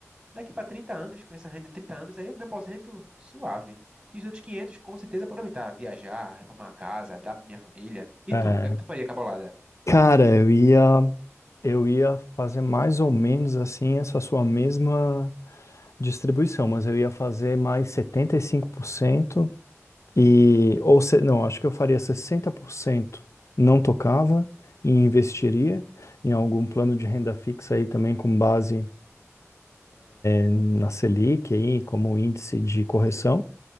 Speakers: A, on the right; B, on the left.
A: daqui para 30 anos, com essa renda de 30 anos, aí eu me aposento suave. E os outros 500, com certeza, aproveitar, viajar, reformar a casa, dar para minha família. E
B: É.
A: tu, o que é que tu faria, cabolada?
B: Cara, eu ia, eu ia fazer mais ou menos assim essa sua mesma distribuição, mas eu ia fazer mais 75% e cinco por cento e ou se- não, acho que eu faria 60% não tocava e investiria em algum plano de renda fixa aí também com base na Selic aí como índice de correção.